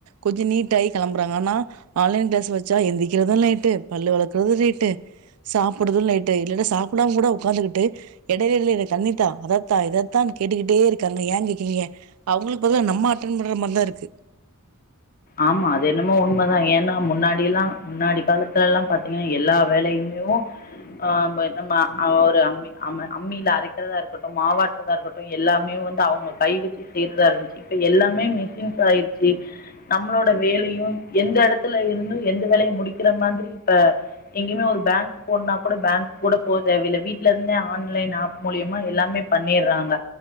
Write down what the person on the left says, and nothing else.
ஆமா அது என்னமோ உண்மதா ஏனா முன்னாடி எல்லா முன்னாடி காலத்துல எல்லா பாத்தீங்கன்னா எல்லா வேலையுமேவு ஆஹ் நம்ம ஒரு அம்மி அம் அம்மியில அரைக்கிறதா இருக்கட்டு மாவாட்டுறதா இருக்கட்டு எல்லாமே வந்து அவங்க கை வச்சு செய்யறதா இருந்ச்சு இப்ப எல்லாமே மிஷின்ஸ் ஆயிருச்சு நம்மளோட வேலையு எந்த எடத்துல இருந்து எந்த வேலைய முடிக்கிற மாதிரி இப்ப எங்கேயுமே ஒரு பேங்க் போணுனா கூட பேங்க் கூட போ தேவல வீட்டுல இருந்தே ஆன்லைன் ஆப் மூலியமா எல்லாமே பண்னிறாங்க